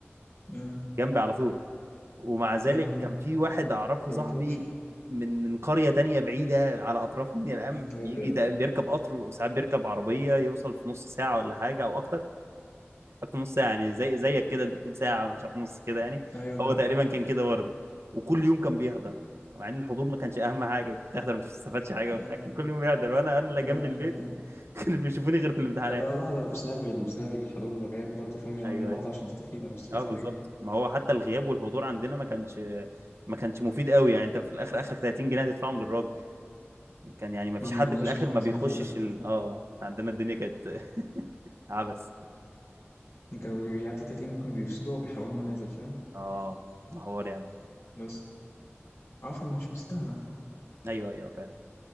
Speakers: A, on the left; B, on the right.
A: آه.
B: جنبي على طول ومع ذلك
A: أيوه
B: كان في واحد اعرفه
A: ما
B: صاحبي
A: بتروحش يا
B: من من قريه تانية بعيده على اطراف منيا القمح
A: نهار
B: بيجي
A: أبيض
B: تق- بيركب قطر وساعات بيركب عربيه يوصل في نص ساعه ولا حاجه او اكتر حط نص ساعه يعني زي زيك كده انت بتقول ساعه مش عارف نص كده يعني
A: أيوه
B: هو تقريبا كان كده برضه وكل يوم كان بيحضر مع ان الحضور ما كانش اهم حاجه كنت بتحضر ما بتستفادش حاجه
A: آه.
B: وبتاع كان كل يوم بيحضر وانا انا اللي
A: ما
B: جنب البيت
A: إحنا بن-
B: <laughs> كانوا بيشوفوني غير في الامتحانات
A: لا ما أنا بحضر بسبب ال- بسبب الحضور والغياب برضه فاهم يعني
B: ايوه
A: أنا مش بحضر
B: ايوه
A: عشان أستفيد أنا مش مستفيد
B: اه بالظبط
A: حاجة
B: ما هو حتى الغياب والحضور عندنا ما كانش ما كانش مفيد قوي يعني انت في الاخر اخرك 30 جنيه هتدفعهم للراجل كان يعني ما فيش
A: ما ما
B: حد
A: عندناش
B: في الاخر
A: النظام
B: ما بيخشش
A: ده للأسف
B: ال...
A: يعني.
B: اه عندنا الدنيا كانت <laughs> عبث
A: كانوا اللي بيعدي تلاتين ممكن بيفصلوها وبيحولوها منازل فاهم
B: اه حوار يعني
A: بس عفا مش مستاهلة
B: ايوه ايوه فعلا